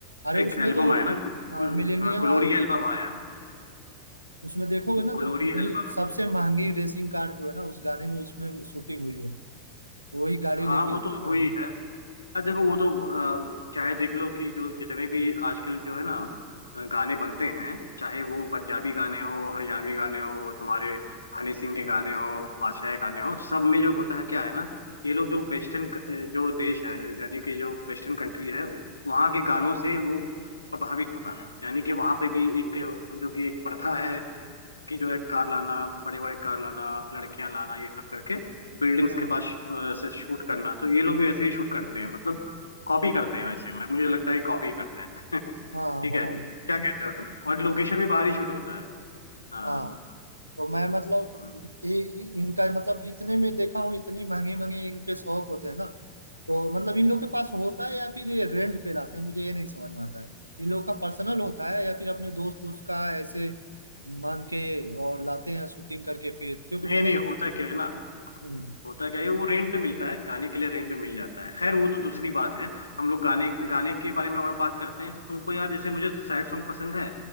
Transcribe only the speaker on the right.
अरे
उसमें
तो
मिलेनियम
उसमें देखोगे
ना
तो इतनी
सबसे महंगी रेसिंग कार जो है ना उस गाने में उसमें शूटिंग हुई है वही गाड़ी
लेके
हाँ
हाँ
हाँ
हाँ
हाँ तो मैं मतलब
ये ये- इनका मतलब जितने में देखा हूँ इतनी महंगे महंगे इनके शौक होते हैं ना तो मतलब इन लोग के पास होता है या फिर ये रेंट पे लाते हैं मुझे ये नहीं समझ में आता है इन लोग का पर्सनल होता है या फिर अपने दोस्त वोस्त का ऐसे मांग के और लाते हैं शूटिंग करके फिर क्योंकि
मैंने
हम्म,